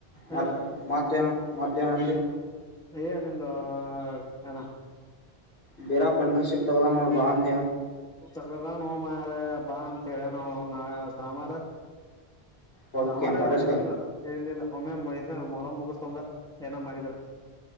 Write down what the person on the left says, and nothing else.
ಮತ್
ಮತ್ತೇನು ಮತ್ತೆ ನಂತಿ
ಬೀರಪ್ಪ ಇಂಟ್ರನ್ಶಿಪ್ಪ ತೆಗ್ದಾನ್ ನೋಡ್ ಬಾ ಅಂತ <unintelligible>
ಹೋಗ್ತಿ
ಏನ್ ಕಾಲೇಜ್ಗೆ